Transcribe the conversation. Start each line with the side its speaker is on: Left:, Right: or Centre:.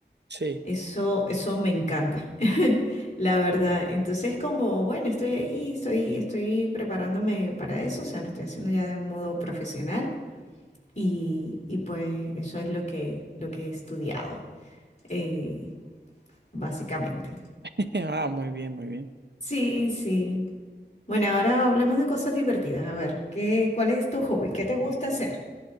Right: Sí.
Left: Eso, eso me encanta, <laughs> la verdad. Entonces, como, bueno, estoy ahí, estoy, estoy preparándome para eso, o sea, lo estoy haciendo ya de modo profesional. Y, y pues eso es lo que, lo que he estudiado, eh, básicamente.
Right: <laughs> Ah, muy bien, muy bien.
Left: Sí, sí. Bueno, ahora hablemos de cosas divertidas. A ver, ¿qué, cuál es tu hobby? ¿Qué te gusta hacer?